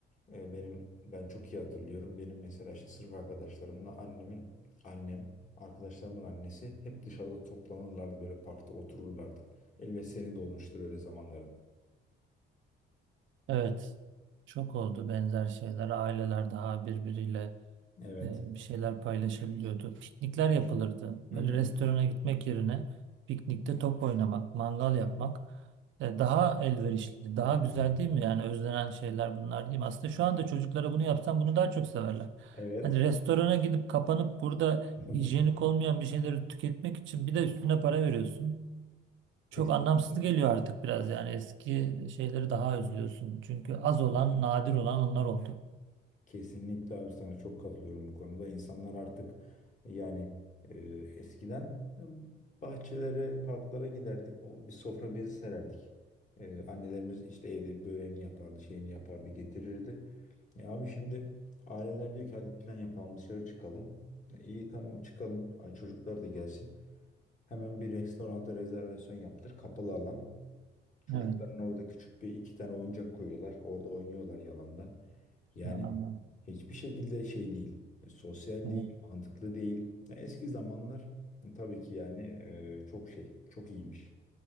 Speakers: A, on the left (about 40°); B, on the right (about 75°).
A: e, benim ben çok iyi hatırlıyorum. Benim mesela işte sırf arkadaşlarımla annemin annem, arkadaşlarımın annesi hep dışarıda toplanırlardı böyle parkta otururlardık. Elbet senin de olmuştur öyle zamanların.
B: Evet. Çok oldu benzer şeyler. Aileler daha birbiriyle
A: Evet.
B: e, bir şeyler paylaşabiliyordu. Piknikler yapılırdı. Böyle
A: Hı hı.
B: restorana gitmek yerine piknikte top oynamak, mangal yapmak e, daha elverişliydi.
A: Aynen
B: Daha güzel
A: ya.
B: değil mi? Yani özlenen şeyler bunlar değil mi? Aslında şu anda çocuklara bunu yapsam bunu daha çok severler.
A: Evet.
B: Hani restorana gidip kapanıp burada
A: <laughs>
B: hijyenik olmayan bir şeyleri tüketmek için bir de üstüne para veriyorsun. Çok
A: Kesinlikle.
B: anlamsız geliyor artık biraz yani eski şeyleri daha özlüyorsun. Çünkü az olan, nadir olan onlar oldu.
A: Kesinlikle abi sana çok katılıyorum bu konuda. İnsanlar artık yani e, eskiden e, bahçelere, parklara giderdik. O bir sofra bezi sererdik. E, annelerimiz işte evde böreğini yapardı, şeyini yapardı, getirirdi. E, abi şimdi aileler diyor ki hadi plan yapalım, dışarı çıkalım. E, iyi tamam çıkalım. Ay, çocuklar da gelsin. Hemen bir restoranta rezervasyon yaptır. Kapalı alan. Çocukların
B: Evet,
A: orada küçük bir iki tane oyuncak koyuyorlar. Orada oynuyorlar yalandan. Yani
B: yalandan.
A: Hiçbir şekilde şey değil. e, Sosyal
B: Evet.
A: değil, mantıklı değil. Ya eski zamanlar tabii ki yani e, çok şey, çok iyiymiş.